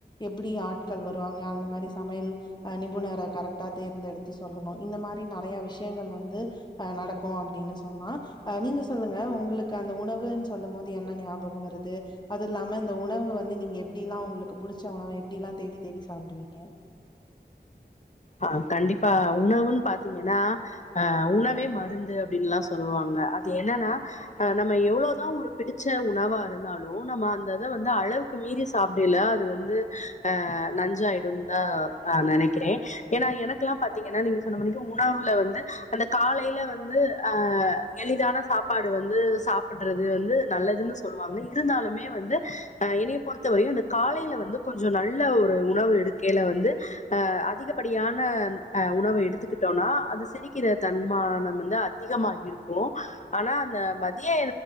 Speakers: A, on the left; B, on the left.
A: எப்டி ஆட்கள் வருவாங்க அந்த மாரி சமையல் அ நிபுணர கரெக்ட்டா தேர்ந்தெடுத் து சொல்லணு இந்த மாரி நெறைய விஷ்யங்கள் வந்து அ நடக்கு அப்டினு சொல்லா அ நீங்க சொல்லுங்க உங்குளுக்கு அந்த உணவுன் சொல்லும்மோது என்ன ஞாபகோ வருது அது இல்லாம இந்த உணவு வந்து நீங்க எப்டியிலா உங்ளுக்கு புடிச்ச உணவு எப்டிலாந் தேடித் தேடி சாப்டுவீங்க
B: ஆ கண்டிப்பா உணவுன் பாத்தீங்கனா அ உணவே மருந்து அப்படின்ல்லா சொல்லுவாங்க அது என்னன்னா அ நம்ம எவ்ளோதா ஒரு பிடிச்ச உணவா இருந்தாலு நம்ம அந்தத வந்து அளவுக் கு மீறி சாப்பிடைல அது வந்து அ நஞ்சாயிடுதா நெனைக்கிறே ஏன்னா எனக்குல்லா பாத்தீங்கன்னா நீங்க சொன்ன மணிக்கு உணவுல வந்து அந்த காலையில வந்து ஆ எளிதான சாப்பாடு வந்து சாப்பட்றது வந்து நல்லதுன் சொல்லுவாங்க இருந்தாலுமே வந்து என்னிய பொறுத்த வரையு இந்த காலையில வந்து கொஞ்சோ நல்ல ஒரு உணவு எடுக்கையில வந்து அ அதிக படியான அ உணவு எடுத்துக்கிட்டோனா அது செரிக்கிற தன்மானம் வந்து அதிகமா இருக்கு ஆனா அந்த மதிய